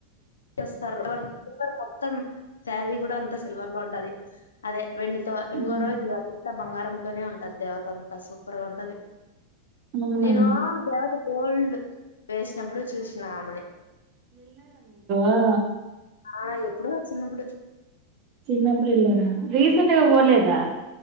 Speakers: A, on the left; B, on the right.
A: చేస్తారు వాలు మొత్తం శారీ కూడా అంత సిల్వర్ లో ఉంటది అదే. వెండితో ఇంగో
B: అవునా
A: రోజు ఇవ్వాలి అంత బంగారంతోనే ఉంటది దేవత అంతా సూపర్గా ఉంటది.
B: అవునా,
A: నేను దేవత గోల్డ్ వేసినప్పుడు చూసినా ఆమని.
B: ఆ
A: ఆ ఎప్పుడో చిన్నప్పుడు
B: చిన్నప్పుడు ఎలారే రీస్ సెంట్ పోలేదా.